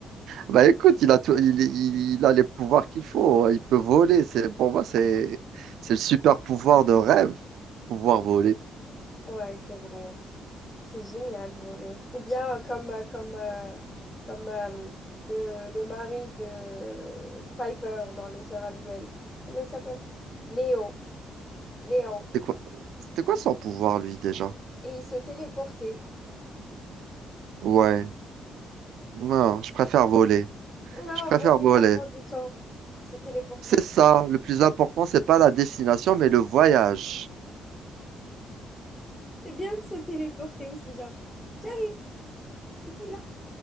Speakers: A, on the right; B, on the left.
A: Bah écoute, il a tout, il, il- il a les pouvoirs qu'il faut. hein. Il peut voler. C'est pour moi c'est c'est le super pouvoir de rêve, pouvoir voler.
B: Ouais, c'est vrai. C'est génial, voler. Ou bien euh, comme, euh, comme, euh, comme euh, le, le mari de Piper dans Les Sœurs Halliwell. Comment il s'appelle? Léo. Léon.
A: C'était quoi, c'était quoi son pouvoir, lui, déjà?
B: Et il se téléportait.
A: Ouais. Non, je préfère voler.
B: Non,
A: Je préfère
B: voler,
A: voler.
B: ça prend du temps. Se téléporter.
A: C'est ça. Le plus important, c'est pas la destination, mais le voyage.
B: C'est bien de se téléporter aussi, genre, j'arrive, je suis là,